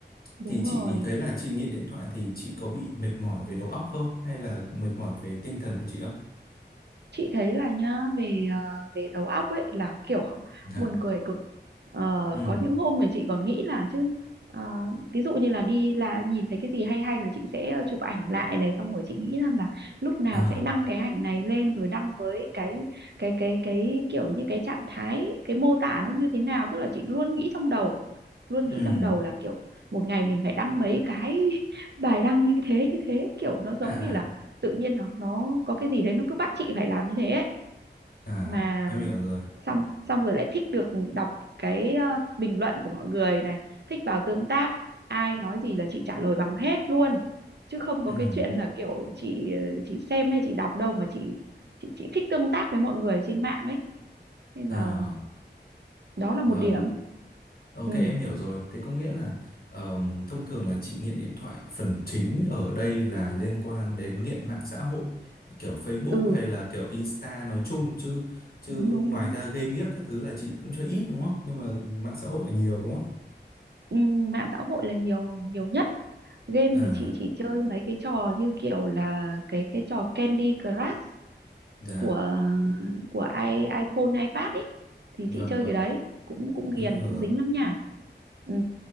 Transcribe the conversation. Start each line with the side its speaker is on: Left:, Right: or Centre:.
Right: đúng
Left: thì chị
Right: rồi
Left: thấy là chị nghiện điện thoại thì chị có bị mệt mỏi về đầu óc không hay là mệt mỏi về tinh thần của chị không
Right: chị thấy là nhá về ờ, về đầu óc ấy là kiểu <laughs>
Left: dạ
Right: buồn cười cực Ờ,
Left: ừ
Right: có những hôm thì chị còn nghĩ là chứ ờ, ví dụ như là đi là nhìn thấy cái gì hay hay là chị sẽ ờ, chụp ảnh lại này xong rồi chị nghĩ rằng là lúc nào
Left: à
Right: sẽ đăng cái ảnh này lên rồi đăng với cái cái cái cái kiểu như cái trạng thái cái mô tả nó như thế nào tức là chị luôn nghĩ trong đầu luôn nghĩ
Left: ừ
Right: trong đầu là kiểu một ngày mình phải đăng mấy cái <laughs> bài đăng như thế như thế kiểu nó giống
Left: à
Right: như là tự nhiên nó nó có cái gì đấy nó cứ bắt chị phải làm như thế ấy.
Left: à
Right: mà
Left: em hiểu rồi
Right: xong xong rồi lại thích được đọc cái ờ, bình luận của mọi người này thích vào tương tác ai nói gì là chị trả lời bằng hết luôn chứ không có
Left: ừ
Right: cái chuyện là kiểu chị ờ, chị xem hay chị đọc đâu mà chị chị chị thích tương tác với mọi người trên mạng ấy nên
Left: à
Right: là đó là
Left: vâng
Right: một điểm
Left: Ok
Right: ừ
Left: em hiểu rồi. Thế có nghĩa là ờm, thông thường là chị nghiện điện thoại phần chính ở đây là liên quan đến nghiện mạng xã hội kiểu Facebook
Right: ừ
Left: hay là kiểu Insta nói chung chứ chứ
Right: đúng đúng
Left: ngoài
Right: đúng
Left: ra game ghiếc các thứ là chị cũng chơi ít đúng không? Nhưng mà mạng xã hội là nhiều đúng không?
Right: ừ, mạng xã hội là nhiều nhiều nhất game
Left: À
Right: thì chị chỉ chơi mấy cái trò như kiểu là cái cái trò Candy Crush
Left: dạ
Right: của của i iPhone iPad ấy thì
Left: vâng
Right: chị chơi
Left: vâng
Right: cái đấy cũng cũng
Left: em
Right: ghiền
Left: hiểu
Right: cũng
Left: rồi.
Right: dính lắm nha ừ